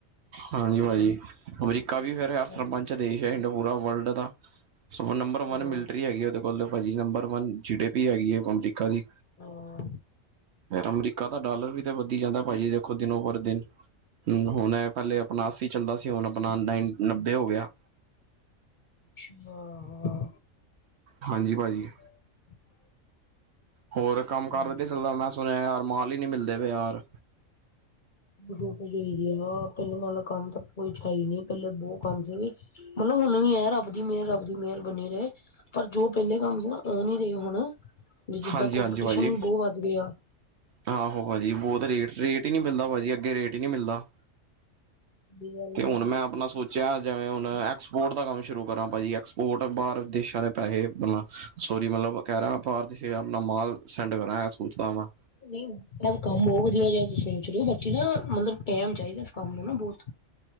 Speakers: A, on the right (about 60°); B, on the left (about 45°).
A: ਹਾਂਜੀ ਪਾਜੀ ਅਮਰੀਕਾ ਵੀ ਫੇਰ ਹਰ
B: ਹਾਂ
A: ਸਰਪੰਚ ਦੇਸ਼ ਏ, ਪੂਰਾ ਵਰਲਡ ਦਾ। ਸਗੋ ਨੰਬਰ
B: ਹਾਂ
A: ਵਨ ਮਿਲਟਰੀ ਹੈਗੀ ਓਦੇ ਕੋਲ ਪਾਜੀ, number one G D P ਹੈਗੀ ਏ ਹੁਕਮ ਦੀ। ਕਦੀ
B: ਹਾਂ।
A: ਅਮਰੀਕਾ ਦਾ ਡਾਲਰ ਵੀ ਵੱਧੀ ਜਾਂਦਾ ਪਾਜੀ ਦੇਖੋ ਦਿਨੋ ਪੋਰ ਦਿਨ, ਹੁਣ ਏ ਪੇਲੇ ਆਪਣਾ ਸੀ ਚੱਲਦਾ ਸੀ ਹੁਣ ਆਪਣਾ ਨਾਈਨ ਨੱਬੇ ਹੋ ਗਿਆ।
B: ਅੱਛਾ ਹਾਂ।
A: ਹਾਂਜੀ ਪਾਜੀ।
B: <unintelligible>
A: ਹੋਰ ਕੰਮ
B: ਹਾਂ।
A: ਕਾਰ ਵੱਧੀਆ ਚੱਲਦਾ, ਮੈਂ ਸੁਣੇਆ ਯਾਰ ਮਾਲ ਈ ਨਈ ਮਿਲਦੇ ਪਏ ਬਜਾਰ।
B: ਛੋਟੇਜ ਹੋਈ ਦੀ ਆ, ਹਾ ਪੇਲੇ ਨਾਲੋ ਕੰਮ ਤਾਂ ਕੁਛ ਹੈ ਨੀ ਪੇਲੇ ਬੋਤ ਕੰਮ ਸੀ। ਮਤਲਬ ਹੁਣ ਵੀ ਹੈ, ਰਬ ਦੀ ਮੇਰ, ਰੱਬ ਦੀ ਮੇਰ, ਬਣੀ ਰਏ। ਪਰ ਜੋ ਪੇਲੇ ਕੰਮ ਸੀ ਨਾ ਓ ਨੀ ਰਏ ਹੁਣ, ਵੀ ਜਿੱਦਾਂ
A: ਹਾਂਜੀ
B: ਕੋਮਪੀਟੀਸ਼ਨ
A: ਹਾਂਜੀ ਭਾਜੀ
B: ਵੀ ਬੋਤ ਵੱਧ ਗੇਆ।
A: ਆਹੋ ਪਾਜੀ ਬੋਤ ਰੇਟ- ਰੇਟ ਈ ਨਈ ਮਿਲਦਾ, ਪਾਜੀ ਅੱਗੇ ਰੇਟ ਈ ਨਈ ਮਿਲਦਾ।
B: ਦੀ ਗੱਲ
A: ਤੇ ਹੁਣ ਮੈਂ ਆਪਣਾ ਸੋਚਿਆ ਜਿਵੇਂ ਹੁਣ ਐਕਸਪੋਰਟ ਦਾ ਕੰਮ ਸ਼ੁਰੂ ਕਰਾਂ ਪਾਜੀ, ਐਕਸਪੋਰਟ ਬਾਹਰ ਦੇਸ਼ਾਂ ਦੇ ਪੈਸੇ ਮਤਲਬ ਸੋਰੀ ਮਤਲਬ ਕੈ ਰਿਹਾ ਮੈਂ ਆਪਾ ਇਥੇ ਮਾਲ ਸੈਂਡ ਕਰਾ ਏ ਸੋਚਦਾ ਵਾਂ।
B: ਨਈ ਕੰਮ ਬੋਤ ਵੱਧੀਆ, ਜੋ ਤੁਸੀ ਸੋਚ ਰਹੇ ਹੋ। ਨਾ ਮਤਲਬ ਟਾਈਮ ਚਾਹੀਦਾ ਇਸ ਕੰਮ ਨੂੰ ਨਾ ਬਹੁਤ